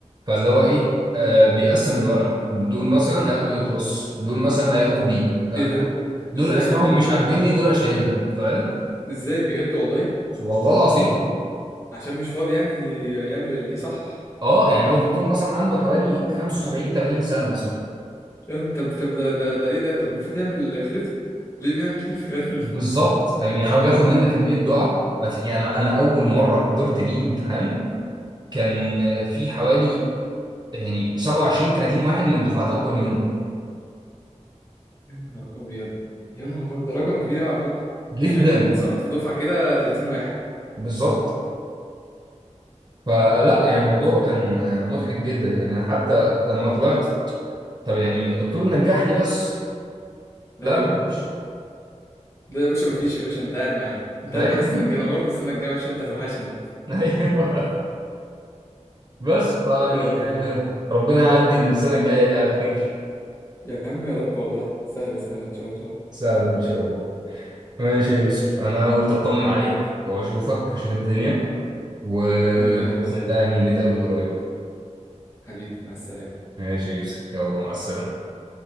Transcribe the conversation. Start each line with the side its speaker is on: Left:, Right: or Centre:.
Right: فاللي هو ايه آه
Left: امم
Right: بيقسم الورق دول مثلا هياخدوا اي بلس دول مثلا هياخدوا بي لا
Left: ايه ده
Right: دول دول
Left: ازاي
Right: اسمائهم
Left: يعني
Right: مش عاجبني دول اشيلهم فاهم
Left: ازاي بجد والله
Right: والله العظيم
Left: عشان مش فاضي يعني ي- ي- يعمل ال- يصحح
Right: اه يعني هو دكتور مثلا عنده حوالي 75 80 سنه مثلا
Left: يعني طب طب ده ده ده ايه ده طب المفروض يعمل خريطة ليه بيعمل كده <laughs>
Right: بالظبط فاهم يعني هو بياخد منك كميه دعاء ما ت- يعني انا اول مره حضرت ليه امتحان كان في حوالي يعني 27 30 واحد من دفعات اكبر منه
Left: يا نهار ابيض يا نهار أبيض. ده رقم كبير قوي على فكرة
Right: جدا
Left: تخيل سقط في دفعة كده 30 واحد
Right: بالظبط فلا
Left: يا نهار ابيض
Right: يعني الموضوع كان مضحك جدا يعني انا حتى لما طلعت طب يعني يا دكتور نجحني بس
Left: ايوه
Right: لا ما
Left: أيوه.
Right: فيش
Left: ده يا باشا مفيش يا باشا انت قاعد معانا انت قاعد
Right: ايوه
Left: معانا السنه الجايه نورني السنه الجايه عشان انت هتوحشني
Right: <laughs> ايوه بس فيعني
Left: يا نهار
Right: آه،
Left: ابيض
Right: ربنا يعدي السنه الجايه دي على خير
Left: يا عم يا رب والله سهله سهله ان شاء الله
Right: سهلا ان شاء الله ماشي يا يوسف انا قلت اطمن عليك واشوفك اشوف الدنيا وباذن
Left: حبيبي يا محمد والله
Right: الله يعني نتقابل قريب
Left: حبيبي مع السلامه
Right: ماشي يا يوسف يلا مع السلامه